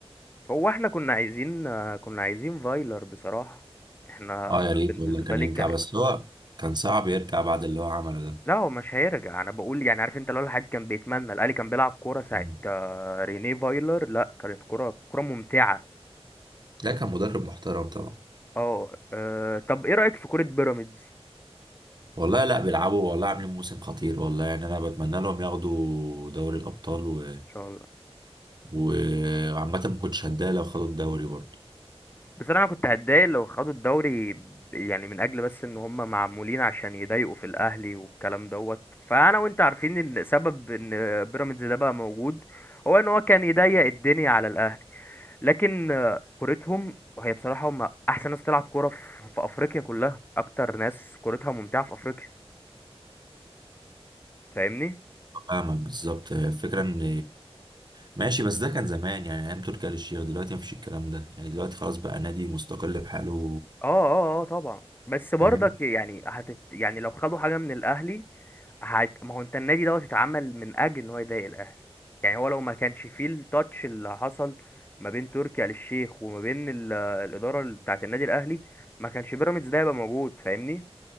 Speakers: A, on the left; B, on the right.
A: هو احنا كنا عايزين كنا عايزين فايلر بصراحة احنا
B: اه يا ريت
A: بالنسبة
B: والله كان
A: لي
B: يرجع
A: كانت
B: بس هو كان صعب يرجع بعد اللي هو عمله ده
A: لا هو مش هيرجع انا بقول يعني عارف انت لو الواحد كان بيتمنى الاهلي كان بيلعب كورة ساعة
B: مم.
A: آه، رينيه فايلر لا كانت كورة كورة ممتعة
B: ده كان مدرب محترم طبعا
A: اه آه، طب ايه رأيك في كورة بيراميدز
B: والله لا بيلعبوا والله عاملين موسم خطير والله يعني انا بتمنى لهم ياخدوا دوري الابطال و...
A: ان شاء الله
B: وعامة ما كنتش هتضايق لو خدوا الدوري برضه
A: بصراحة انا كنت هتضايق لو خدوا الدوري ب- يعني من اجل بس ان هم معمولين عشان يضايقوا في الاهلي والكلام دوت فانا وانت عارفين ان سبب ان بيراميدز ده بقى موجود هو ان هو كان يضيق الدنيا على الاهلي لكن آه، كورتهم هي بصراحة هم أحسن ناس تلعب كورة في في أفريقيا كلها أكتر ناس كورتها ممتعة في أفريقيا فاهمني؟
B: فاهمك بالظبط هي الفكرة ان ماشي بس ده كان زمان يعني ايام تركي آل الشيخ دلوقتي مفيش الكلام ده يعني دلوقتي خلاص بقى نادي مستقل بحاله
A: اه اه اه طبعا بس برضك
B: فاهم
A: يعني هتت يعني لو خدوا حاجة من الأهلي هت... ما هو أنت النادي دوت اتعمل من أجل إن هو يضايق الأهلي يعني هو لو ما كانش فيه التاتش اللي حصل ما بين تركي آل الشيخ وما بين ال... الإدارة بتاعة النادي الأهلي ما كانش بيراميدز ده هيبقى موجود فاهمني؟